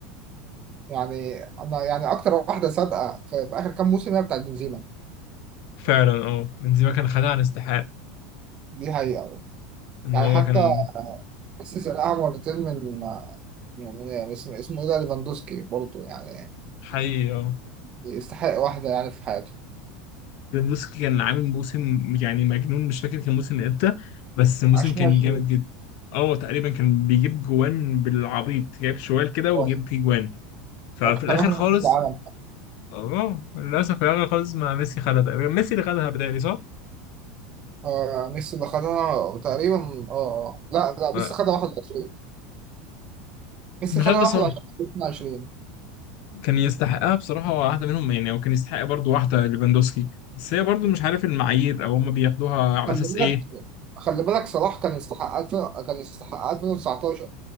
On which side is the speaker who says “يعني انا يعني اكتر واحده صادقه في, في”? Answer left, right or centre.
Right